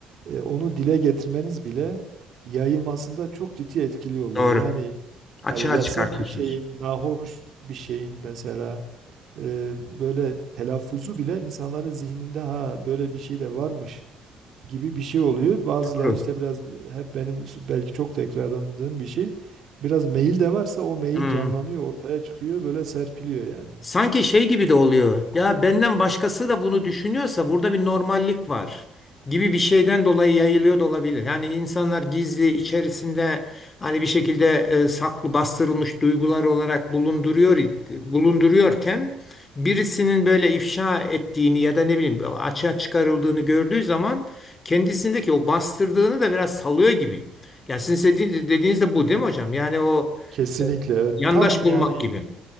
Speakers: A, on the right; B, on the left.
A: e, onu dile getirmeniz bile yayılmasında çok ciddi etkili oluyor.
B: doğru.
A: Yani
B: Açığa
A: hani yasak
B: çıkartıyorsunuz.
A: bir şeyin, nahoş bir şeyin mesela e, böyle telaffuzu bile insanların zihninde ha böyle bir şey de varmış gibi bir şey oluyor. Bazıları
B: Doğru.
A: işte biraz hep benim s- belki çok tekrarlandığım bir şey. Biraz mail de varsa o mail
B: Hmm.
A: canlanıyor, ortaya çıkıyor, böyle serpiliyor yani.
B: Sanki şey gibi de oluyor. Ya benden başkası da bunu düşünüyorsa burada bir normallik var gibi bir şeyden dolayı yayılıyor da olabilir. Yani insanlar gizli içerisinde hani bir şekilde e, saklı bastırılmış duygular olarak bulunduruyor bulunduruyorken birisinin böyle ifşa ettiğini ya da ne bileyim açığa çıkarıldığını gördüğü zaman kendisindeki o bastırdığını da biraz salıyor gibi. Ya sizin dediğiniz, dediğiniz de bu değil mi hocam? Yani o
A: Kesinlikle
B: e,
A: evet.
B: yandaş
A: Tam
B: bulmak
A: yani
B: gibi.